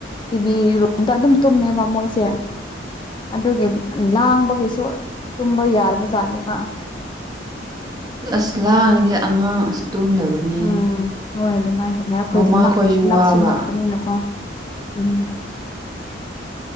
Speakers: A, on the left; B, on the right.
A: ꯇꯤꯚꯤ ꯔꯨꯝꯗ ꯑꯗꯨꯝ ꯇꯨꯝꯃꯦꯕ ꯃꯣꯏꯁꯦ ꯑꯗꯨꯒꯤ ꯂꯥꯡꯕꯒꯤꯁꯨ ꯇꯨꯝꯕ ꯌꯥꯔꯕ ꯖꯥꯠꯅꯦꯕ
B: ꯑꯁ ꯂꯥꯡꯉꯗꯤ ꯑꯉꯥꯡ ꯑꯁ ꯇꯨꯝꯗꯕꯅꯦ
A: ꯎꯝ ꯍꯣꯏ ꯑꯗꯨꯃꯥꯏꯅ ꯇꯧꯅ ꯑꯩꯈꯣꯏꯗꯤ
B: ꯃꯃꯥꯈꯣꯏꯁꯨ
A: ꯅꯛꯁꯨ
B: ꯋꯥꯕ
A: ꯅꯛꯄꯅꯤꯅꯀꯣ ꯀꯔꯤ